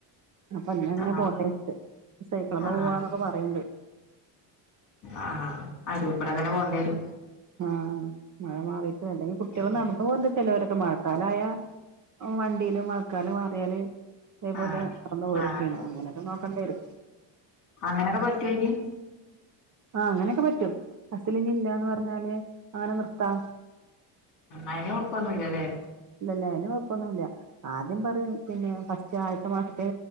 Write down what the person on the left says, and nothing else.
ആഹ്
ആഹ്
ആഹ് ആഹ് അരൂക്കൂടെ അങ്ങനെ പോവണ്ടി വെരും
ഉം
ആഹ്
ആഹ്
അങ്ങനെയൊക്കെ പറ്റുവെങ്കി
അയ്ന് കൊപ്പൊന്നും ഇല്ലല്ലേ